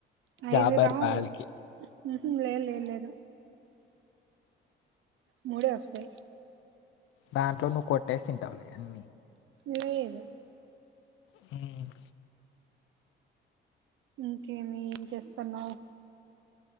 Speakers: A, on the right; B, on the left.
A: ఐదు
B: యాభై
A: రావు
B: రూపాయలకి
A: ఉహు లేదు లేదు లేదు మూడే వస్తాయి
B: దాంట్లో నువ్వు కొట్టేసి తింటావులే అన్నీ
A: లేద
B: హ్మ్
A: ఇంకేమి ఏం చేస్తున్నావ్